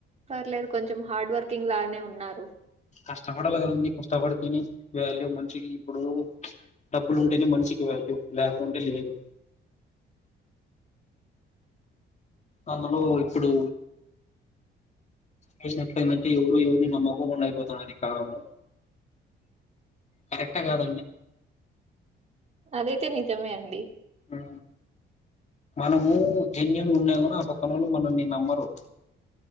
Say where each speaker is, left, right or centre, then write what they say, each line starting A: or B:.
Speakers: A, on the right; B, on the left.
A: పర్లేదు కొంచెం హార్డ్ వర్కింగ్ లానే ఉన్నారు
B: కష్టపడాలి కదండీ కష్టపడితేనే వాల్యూ మంచిది ఇప్పుడు డబ్బులు ఉంటేనే మనిషికి వాల్యూ లేకుంటే లేదు అందులో ఇప్పుడు చేసినట్ల ఏమంటే ఎవరు ఎవరిని నమ్మకం అయిపోతాను అది కావము కరెక్ట్ కాదండి
A: అదైతే నిజమే అండి
B: ఆ మనము జన్యున్ ఉన్నాగాని ఆ పక్కనోలు మనల్ని నమ్మరు